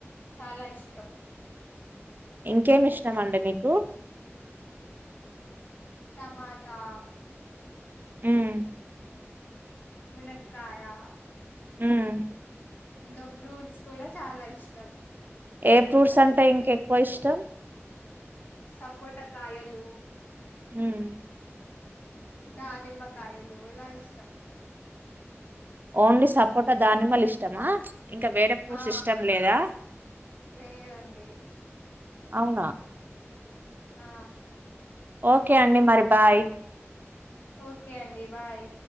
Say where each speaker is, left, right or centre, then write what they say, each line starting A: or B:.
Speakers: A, on the left; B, on the right.
A: చాలా ఇష్టం.
B: ఇంకేమి ఇష్టమ అండి మీకు
A: టమాటా
B: ఉమ్
A: మునక్కయా.
B: హ్మ్
A: ఇంకా, ఫ్రూట్స్ కూడా చాలా ఇష్టం.
B: ఏ ఫ్రూట్స్ అంటే ఇంక ఎక్కువ ఇష్టం?
A: సపోట కాయలు!
B: హ్మ్
A: దానిమ్మకాయలు ఇలా ఇష్టం.
B: ఓన్లీ సపోటా దానిమ్మలు ఇష్టమా? ఇంకా వేరే ఫ్రూట్స్
A: ఆ
B: ఇష్టం లేదా?
A: లేదండి.
B: అవునా?
A: ఆ
B: ఓకే అండి, మరి బాయ్.
A: ఓకే అండి, బాయ్.